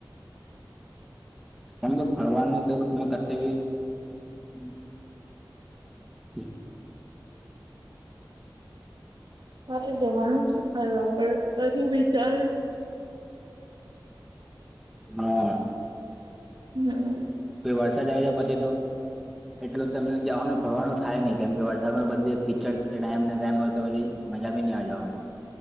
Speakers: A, in the centre; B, on the right.
A: હમ તો ફરવાનું તો કશે ભી હમ્મ <inaudible>
B: હા જવાનું છે ફરવા પણ હજુ વિચાર
A: હા
B: હમ્મ
A: વરસાદ આવ છે પછી તો એટલ તમને જવાનું ફરવાનું થાય નહિ કેમ કે વરસાદમાં બધે ખીચડ ટાઈમ ટાઈમ હોય તોછી મજા બી નહી જવાની